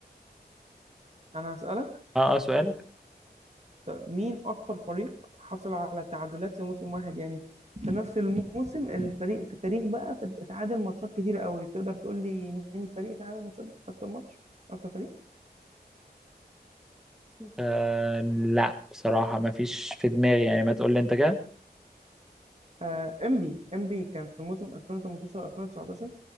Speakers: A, on the right; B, in the centre.
A: انا هسألك
B: اه اه سؤالك
A: طب مين أكتر فريق حصل على تعادلات في موسم واحد يعني في نفس الموسم الفريق في التاريخ بقى في اتعادل ماتشات كتير قوي تقدر تقول لي مين الفريق اتعادل ماتشات أكتر ماتش أكتر فريق
B: آه لا بصراحة ما فيش في دماغي يعني ما تقول لي انت كده
A: آه إنبي إنبي كان في موسم 2018 2019